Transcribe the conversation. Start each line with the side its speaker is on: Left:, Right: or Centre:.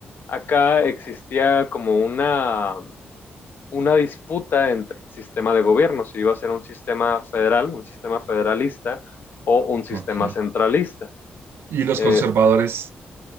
Left: acá existía como una una disputa entre el sistema de gobierno, si iba a ser un sistema federal, un sistema federalista o un sistema
Right: ok.
Left: centralista.
Right: ¿Y los
Left: Eh,
Right: conservadores